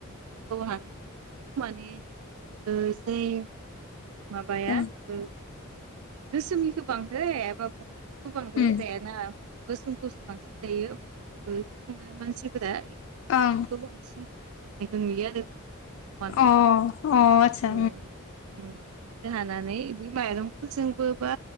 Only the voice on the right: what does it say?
<unintelligible> माबाया
ओ गोसोमनिखौ बांद्राय हायाबाबो बेखौ बांद्राय
जायाना गोसोमखौसो बांसिन जायो माने संनाय मानसिफोरा बेफोरखौ
बांसिन <unintelligible> मानो
औ उम बिदिनो हानानै बे माइरं फोरजोंबो बा